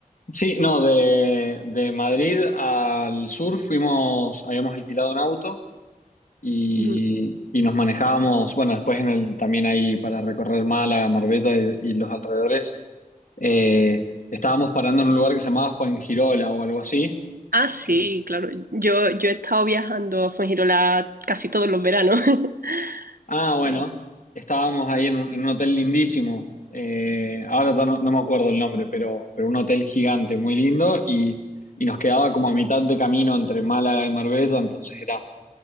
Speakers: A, on the left; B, on the right.
A: Sí, no, de, de Madrid al sur fuimos, habíamos alquilado un auto. y,
B: Ujú.
A: y nos manejábamos, bueno, después en el, también ahí para recorrer Málaga, Marbella y, y los alrededores, eh, estábamos parando en un lugar que se llamaba Fuengirola o algo así.
B: Ah, sí,
A: que- que-
B: claro. Yo, yo he estado viajando a Fuengirola casi todos los veranos. <laughs>
A: ah,
B: Sí,
A: bueno, estábamos ahí en un, en un hotel lindísimo. eh, ahora ya no, no me acuerdo el nombre, pero, pero un hotel gigante, muy lindo, y, y nos quedaba como a mitad de camino entre Málaga y Marbella, entonces era